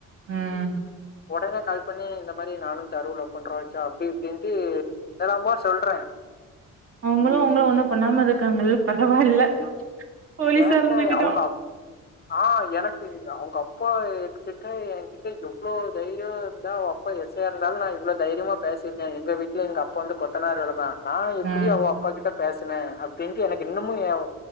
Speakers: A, on the right; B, on the left.
A: ம்
B: ஒடனே கால் பண்ணி இந்த மாரி நானுந் தருவு லவ் பண்றோ வைக்கா அப்டி இப்டின்ட்டு என்னலாமோ சொல்றே
A: அவுங்களு ஒங்கள ஒன்னும் பண்ணாம இருக்காங்கல்ல பரவால்ல போலீஸா
B: ஏன்ட்ட
A: இருந்துகிட்டோ
B: அவுங்க அப் ஆ எனக்கு அவுங்க அப்பா கிட்ட எங்கிட்ட எவ்ளோ தைரியோ இருந்தா அவப் அப்பா எஸ் ஐயா இருந்தாலு நா இவ்வளோ தைரியமா பேசிருக்கே எங்க வீட்ல எங்கப்பா வந்து கொத்தனார் வேலதா நா எப்புடி
A: ம்
B: அவ அப்பா கிட்ட பேசனே அப்டின்ட்டு எனக்கு இன்னமு ஏ அவ